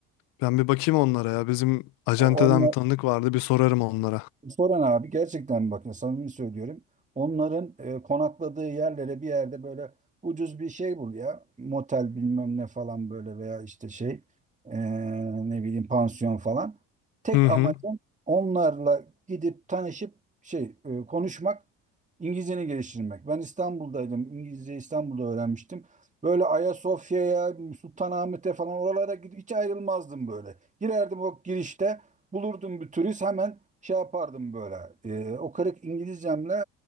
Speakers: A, on the left; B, on the right.
A: ben bir bakayım onlara ya. Bizim acenteden
B: O, onunla,
A: bir tanıdık vardı, bir sorarım onlara.
B: Soran abi gerçekten bak ya samimi söylüyorum. Onların e, konakladığı yerlere bir yerde böyle ucuz bir şey bul ya. Motel bilmem ne falan böyle veya işte şey e, ne bileyim pansiyon falan. Tek
A: Hı hı.
B: amacım onlarla gidip tanışıp şey e, konuşmak, İngilizceni geliştirmek. Ben İstanbul'daydım. İngilizce İstanbul'da öğrenmiştim. Böyle Ayasofya'ya, Sultanahmet'e falan oralara gidip hiç ayrılmazdım böyle. Girerdim o girişte Bulurdum bir turist hemen şey yapardım böyle. Ee, o kırık İngilizcemle